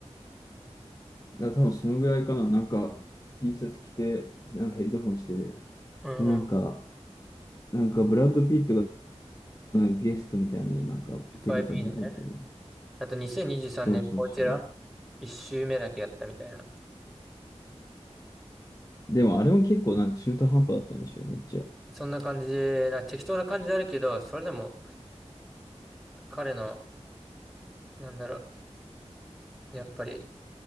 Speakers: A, on the left; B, in the centre.
A: だから多分そのぐらいかな。なんか、T シャツ着て、なんかヘッドホンして、
B: うんうん。
A: で、なんか、なんかブラッド・ピットがなんかゲストみたいなので、なんか出てたの覚えてるわ。
B: FIP のね。あと2023年、
A: そうそうそう。
B: こちら、1周目だけやったみたいな。
A: でもあれも結構なんか中途半端だったんでしょ、う、めっちゃ。う
B: そんな感じな、適当な感じあるけど、それでも彼の、なんだろう、やっぱり